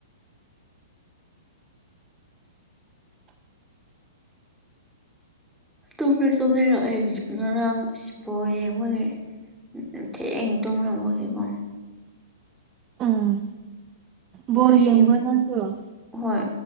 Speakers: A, in the centre; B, on the right (about 30°).
A: ꯇꯨꯝꯁꯨ ꯇꯨꯝꯗꯔ꯭ꯦ ꯑꯩ ꯉꯔꯥꯡꯁꯨ ꯕꯣꯜ ꯌꯦꯡꯕꯒꯤ ꯎꯝ ꯊꯦꯡꯅ ꯇꯨꯝꯔꯝꯃꯒꯤꯀꯣ
B: ꯎꯝ ꯕꯣꯜ
A: ꯉꯁꯤ
B: ꯌꯦꯡꯕ꯭ꯔꯣ ꯅꯪꯁꯨ ꯑꯣ
A: ꯍꯣꯏ